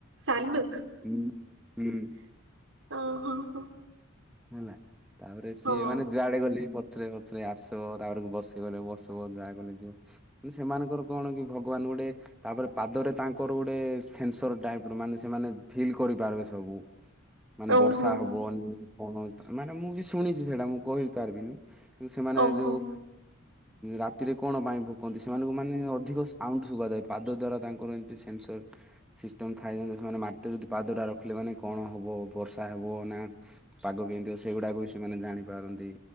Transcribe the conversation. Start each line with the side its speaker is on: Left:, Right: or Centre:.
Right: ସାଲୁ
Centre: ହଁ। ହୁଁ।
Right: ଓହୋ ହୋ
Centre: ହେଲା, ତାପରେ ସିଏ
Right: ହଁ
Centre: ମାନେ ଯୁଆଡେ ଗଲେ ପଛରେ ସେ <unintelligible> ଆସିବ ତାପରେ ବସ କହିଲେ ବସିବ, ଯାଆ କହିଲେ ଯିବ। କିନ୍ତୁ ସେମାନଙ୍କର କଣ କି ଭଗବାନ ଗୋଟେ ତାପରେ ପାଦରେ ତାଙ୍କର ଗୋଟେ ସେନ୍ସର ଟାଇପର, ମାନେ ସେମାନେ ଫିଲ୍ କରିପାରିବେ ସବୁ। ମାନେ
Right: ଓହୋ
Centre: ବର୍ଷା ହବନ କଣ, ମାନେ ମୁଁ ବି ଶୁଣିଛି ସେଇଟା ମୁଁ କହି ପାରିବିନି। କିନ୍ତୁ ସେମାନେ
Right: ଓହୋ
Centre: ଯୋଉ ରାତିରେ କଣ ପାଇଁ ଭୋକନ୍ତି, ସେମାନଙ୍କୁ ମାନେ ଅଧିକ ସାଉଣ୍ଡ ଶୁଗାଯାଏ, ପାଦ ଦ୍ଵାରା ତାଙ୍କର ଏମତି ସେସର ସିଷ୍ଟମ ଥାଏ, ଯେମିତି ସେମାନେ ମାଟିରେ ଯଦି ପାଦଟା ରଖିଲେ ମାନେ କଣ ହବ ବର୍ଷା ହବ ନା ପାଗ କେମିତି ହବ, ସେଇଗୁଡାକୁ ବି ସେମାନେ ଜାଣିପାରନ୍ତି।